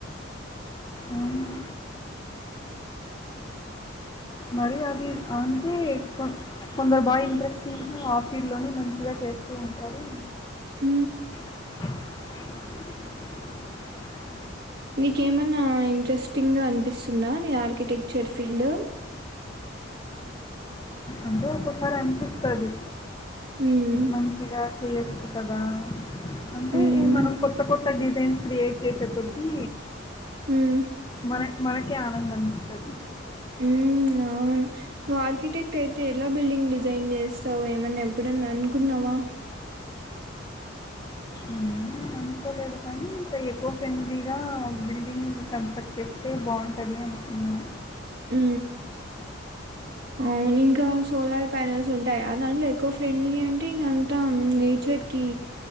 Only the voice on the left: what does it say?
అవును మరి అది అంటే కొందరు బాగా ఇంట్రెస్టింగ్ ఆఫీ లోనే మంచిగా చేస్తూ ఉంటారు
<inaudible>
అంటే ఒక్కొసారి అనిపిస్తది
మంచిగా చెయ్యొచ్చు కదా అంటే
ఈ మనం కొత్త కొత్త కొత్త డిజైన్స్ క్రియేట్ చేసే కొద్టి
మన మనకే ఆనందాన్నిస్తది
ఏ అనుకోలేదు కానీ ఇంకా ఎక్కువ ఫ్రెండ్లీగా బిల్డింగ్ కన్స్ట్రక్ట్ చేస్తే బాగుంటుంది అనుకున్నాను